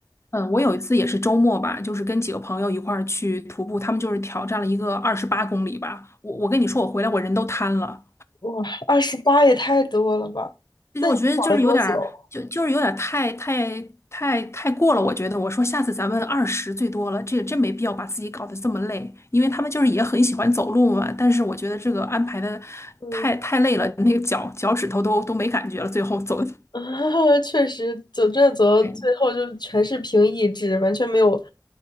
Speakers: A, on the left; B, on the left.
A: 嗯，我有一次也是周末吧，就是跟几个朋友一块儿去徒步，他们就是挑战了一个二十八公里吧。我我跟你说，我回来我人都瘫了。
B: 哇，二十八也太多了吧？
A: 就是我觉得就是有点儿，
B: 那你们搞了多久？
A: 就就是有点儿太太太太过了。我觉得我说下次咱们二十最多了，这个真没必要把自己搞得这么累，因为他们就是也很喜欢走路嘛。但是我觉得这个安排的
B: 嗯，
A: 太太累了，那个脚脚趾头都都没感觉了，最后走 <laughs> 的
B: <laughs> 确实，走这走，
A: 对，
B: 到最后就全是凭意志，完全没有